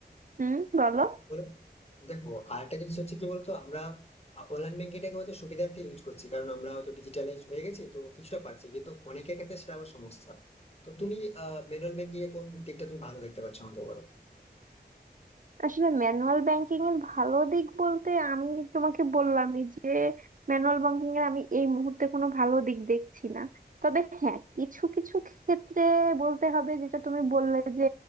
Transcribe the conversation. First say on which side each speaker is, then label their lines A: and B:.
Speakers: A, on the right; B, on the left.
A: হুম বলো
B: বলো দেখো আরেকটা জিনিস হচ্ছে কি বলতো আমরা অনলাইন ব্যাংকিংটাকে হয়তো সুবিধার্থে ইউজ করছি কারণ আমরা হয়তো ডিজিটালাইজ হয়ে গেছি তো কিছুটা পারছি কিন্তু অনেকের ক্ষেত্রে সেটা আবার সমস্যা তো তুমি ম্যানুয়াল ব্যাংকিং এ কোন দিকটা তুমি ভালো দেখতে পাচ্ছ আমাকে বলো
A: আসলে ম্যানুয়াল ব্যাংকিং এর ভালো দিক বলতে আমি তোমাকে বললামই যে ম্যানুয়াল ব্যাংকিং এর আমি এই মুহূর্তে কোনো ভালো দিক দেখছি না তবে হ্যাঁ কিছু কিছু ক্ষেত্রে বলতে হবে যেটা তুমি বললে যে